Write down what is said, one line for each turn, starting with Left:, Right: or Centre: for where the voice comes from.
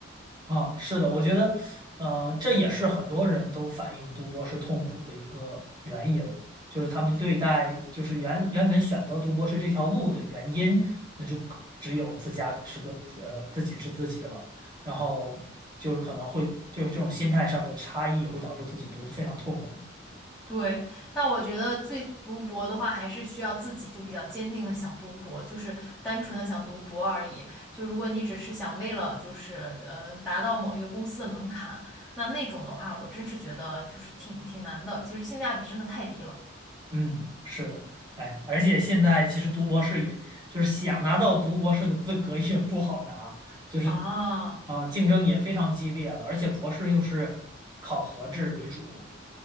Right: 啊，是的，我觉得，呃，这也是很多人都反映读博是痛苦的一个缘由，就是他们对待，就是原原本选择读博士这条路的原因，那就可只有自家知个呃自己知自己了，然后就是可能会就是这种心态上的差异会导致自己读的非常痛苦。
Centre: 对，但我觉得最读博的话，还是需要自己就比较坚定的想读博，就是单纯的想读博而已。就如果你只是想为了就是呃达到某一个公司的门槛，那那种的话，我真是觉得就是挺挺难的。其实性价比真的太低了
Right: 嗯，是的，哎呀，而且现在其实读博士也，就是想拿到读博士的资格也不好拿，就是
Centre: 啊。
Right: 啊，竞争也非常激烈了，而且博士又是考核制为主，